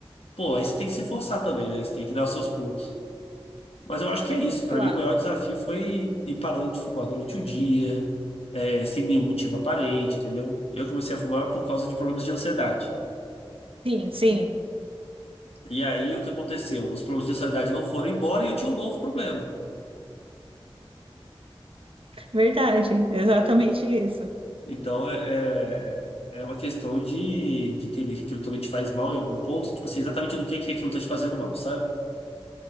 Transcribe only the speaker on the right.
claro.
Sim, sim,
verdade. Exatamente isso.